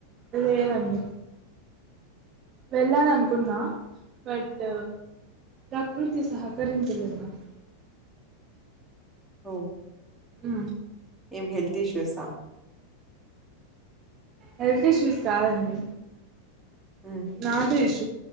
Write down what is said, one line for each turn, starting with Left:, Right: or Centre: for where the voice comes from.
Right: అదేవండి వెళ్ళనం కున్నా బట్ ప్రకృతి సహకరించలే నాకు
Centre: ఓ
Right: ఆ
Centre: ఏం హెల్త్ ఇష్యూస్
Right: హెల్త్ ఇష్యూస్ కాదండి
Centre: ఉమ్
Right: నా కష్